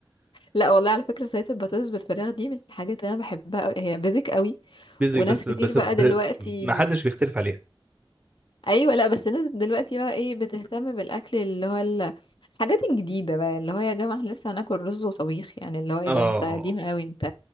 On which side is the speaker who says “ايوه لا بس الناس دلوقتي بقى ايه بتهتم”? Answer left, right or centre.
Left